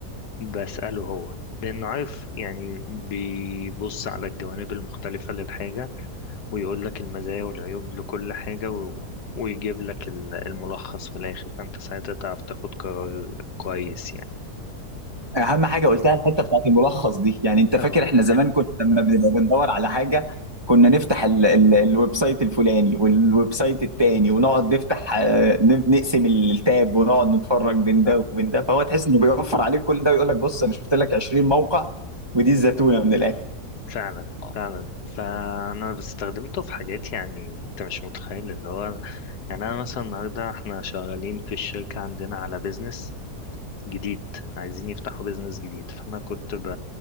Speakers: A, on the left; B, on the right.
A: بسأله هو لأنه عارف يعني بيبص على الجوانب المختلفة للحاجة ويقول لك المزايا والعيوب لكل حاجة و... ويجيب لك ال- الملخص في الآخر فأنت ساعتها تعرف تاخد قرار كويس يعني
B: اهم حاجه قلتها الحته بتاعت الملخص دي يعني انت
A: اه
B: فاكر
A: آه،
B: احنا زمان كنا لما بنبقى بندور على حاجه كنا نفتح ال ال الويب سايت الفلاني والويب سايت التاني ونقعد نفتح آه، نب- نقسم التاب ونقعد نتفرج بين
A: ف-
B: ده وبين ده فهو تحس انه بيوفر عليك كل ده ويقول لك بص انا شفت لك 20 موقع ودي الزتونه من الاخر
A: فعلا فعلا فأنا استخدمته في حاجات يعني أنت مش متخيل اللي هو يعني أنا مثلا النهاردة احنا شغالين في الشركة عندنا على بيزنس جديد عايزين يفتحوا بيزنس جديد فأنا كنت ب...